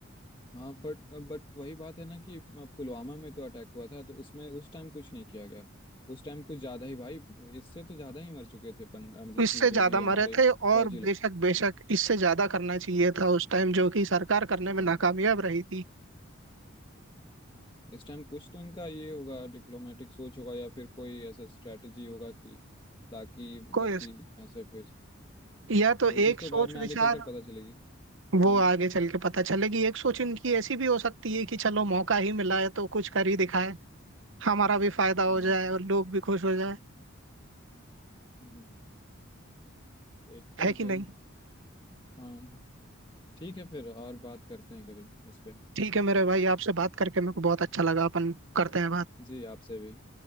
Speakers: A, on the left; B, on the right.
A: हाँ बट बट वही बात है ना कि पुलवामा में तो अटैक हुआ था तो उसमें उस टाइम कुछ नहीं किया गया उस टाइम कुछ ज्यादा ही भाई इससे तो ज्यादा ही मर चुके थे पन, मतलब
B: इससे
A: कि
B: ज्यादा
A: जो भी
B: मरे
A: हमारे
B: थे और
A: फौजी लोग
B: बेशक बेशक इससे ज्यादा करना चाहिए था उस टाइम जो कि सरकार करने में
A: हाँ
B: नाकामयाब रही थी
A: इस टाइम कुछ तो इनका ये होगा डिप्लोमेटिक सोच होगा या फिर कोई ऐसा स्ट्रेटजी होगा कि ताकि मतलब
B: कोई
A: कि ऐसे फिर
B: या तो
A: वो
B: एक
A: चीज़ तो
B: सोच
A: बाद में
B: विचार
A: आगे चलकर पता चलेगी हम्म
B: वो आगे चल के पता चलेगी एक सोच इनकी ऐसी भी हो सकती है कि चलो मौका ही मिला है तो कुछ कर ही दिखाए हमारा भी फायदा
A: हाँ
B: हो जाए और लोग भी खुश हो जाए
A: हम्म, देखते
B: है
A: हैं
B: कि
A: फिर
B: नहीं
A: हाँ ठीक है फिर और बात करते हैं कभी इस पे
B: ठीक है मेरे भाई आपसे बात करके मेरे को बहुत अच्छा लगा अपन करते हैं बात
A: जी आपसे भी